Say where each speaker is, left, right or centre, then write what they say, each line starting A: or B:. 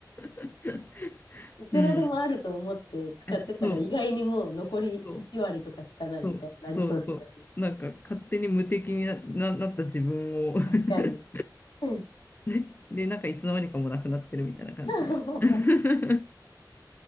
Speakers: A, on the left; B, on the left.
A: <laughs>
B: いくらでもあると思って使ってたら意外にもう残り1割とかしかないみたいになりそうですよね。
A: うん。えそう、そう。そう、そうそう。なんか勝手に無敵にな、な、なった自分を <laughs>
B: 確かに。うん
A: ね。で、なんかいつの間にかもうなくなってるみたいな感じが
B: <laughs>
A: <laughs>